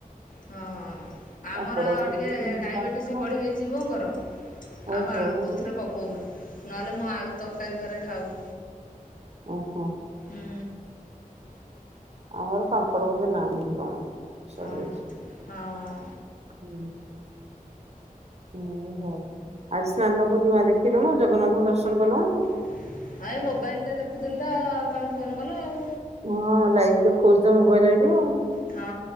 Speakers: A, on the left (about 65°); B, on the right (about 50°).
A: ହଁ ଆମର
B: ପାମ୍ପଡ ଅଛି
A: ଟିକେ
B: କି ଏଠି?
A: ଡାଇବେଟିସ୍
B: ପାମ୍ପଡ
A: ବି
B: ନାହିଁ
A: ବଢ଼ିଯାଇଚି
B: ଯେ
A: ବୋଉଙ୍କର
B: ଓହୋ
A: ଆଉ ଆଳୁ କୋଉଥିରେ ପକୋଉନୁ ନହେଲେ ମୁଁ ଆଳୁ ତରକାରୀ କରେ ଖାଉ
B: ଓହୋ
A: ହୁଁ।
B: ଆମର ପାମ୍ପଡ ବୋଧେ ନାହିଁ କି କଣ। ସରିଯାଇଛି
A: ଓହୋ ହଁ।
B: ହୁଁ। ହୁଁ ହୋଉ ଆଜି ସ୍ନାନପୂର୍ଣ୍ଣିମା ଦେଖିଲୁନା ଜଗନ୍ନାଥଙ୍କ ଦର୍ଶନ କଲୁଣୁ?
A: <inaudible> ହଁ ଏ ମୋବାଇଲରେ ଦେଖୁଥିଲି ତ ତମେ ଫୋନ କଲ ଆଉ।
B: ହଁ ଲାଇଭ୍ ଦେଖୋଉଚି ତ ମୋବାଇଲରେ ବି ଆଉ।
A: ହଁ